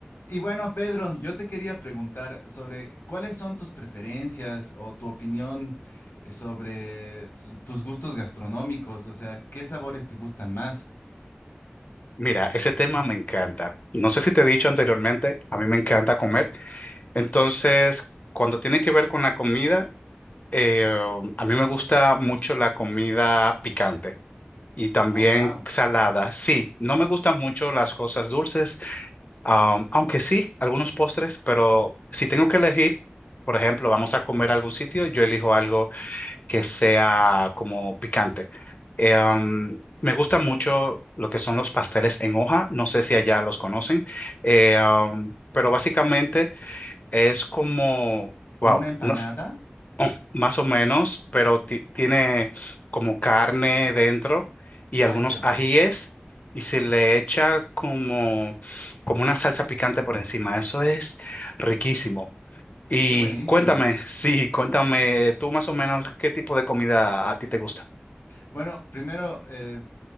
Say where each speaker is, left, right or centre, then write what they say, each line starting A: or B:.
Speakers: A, on the left (about 70°); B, on the left (about 40°).
A: Y bueno, Pedro, yo te quería preguntar sobre cuáles son tus preferencias o tu opinión eh, sobre l- tus gustos gastronómicos, o sea, ¿qué sabores te gustan más?
B: Mira, ese tema me encanta. No sé si te he dicho anteriormente, a mí me encanta comer. Entonces, cuando tiene que ver con la comida, eh, a mí me gusta mucho la comida picante y también
A: Oh, wow.
B: salada. Sí, no me gustan mucho las cosas dulces, am, aunque sí, algunos postres, pero si tengo que elegir, por ejemplo, vamos a comer a algún sitio, yo elijo algo que sea como picante. Eh, um, me gusta mucho lo que son los pasteles en hoja, no sé si allá los conocen, Eh, um, pero básicamente es como,
A: ¿Como
B: wow,
A: una empanada?
B: no s- más o menos, pero ti- tiene como carne dentro y
A: Ah,
B: algunos
A: ya.
B: ajíes y se
A: Sí,
B: le echa como, como una salsa picante por encima. Eso es riquísimo. Y
A: qué buenísimo.
B: cuéntame, sí, cuéntame tú más o menos qué tipo de comida a ti te gusta.
A: Bueno, primero, eh,